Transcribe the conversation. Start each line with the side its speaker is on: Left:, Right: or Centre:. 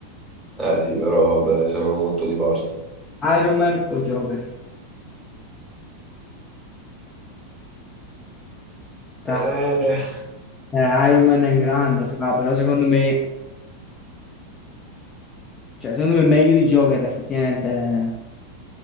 Centre: Eh sì, però vabbè, sono molto di parte.
Left: Iron Man o Joker? Fra,
Centre: Eh,
Left: Eh, Iron Man è grande, fra, però secondo me, cioè, secondo me è meglio di Joker, effettivamente. eh,